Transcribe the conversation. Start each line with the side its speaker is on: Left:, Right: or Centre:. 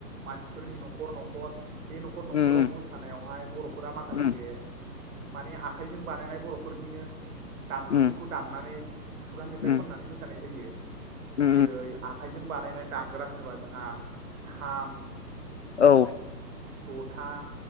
Right: मानसिफोरनि नखर नखर। बे न'खर न'खराव
Left: उम
Right: मोसानायावहाय बर'फोरा माखासे
Left: उम
Right: माने आखाइजों बानायनाय बरफोरनिनो। दामजुफोरखौ
Left: उम
Right: दामनानै। खुगा मेथाइ
Left: उम
Right: खननानै मोसानाय जायो।
Left: उम
Right: जेरै आखायजों। बानायनाय दग्रा होनोबा जोंहा खाम।
Left: औ।
Right: जथा।